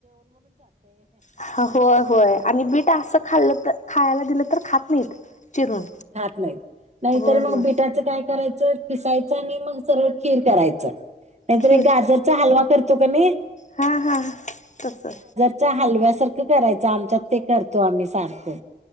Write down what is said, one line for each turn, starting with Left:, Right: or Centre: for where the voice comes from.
Left: हा होय होय आणि बीट आसं खाल्लं तर खायला दिलं तर खात नाहीत. चिरून.
Right: खात नाहीत, नाहीतर
Left: होय
Right: मग
Left: होय
Right: बिटात तर काय करायचं किसायच आणि मग सरळ खीर करायचं, नाहीतरी
Left: खीर
Right: गाजर चा हलवा कर तो कनी
Left: हा हा तसं
Right: घ्या हलव्यासारखं करायच आमच्यात ते करतो आम्ही सारखं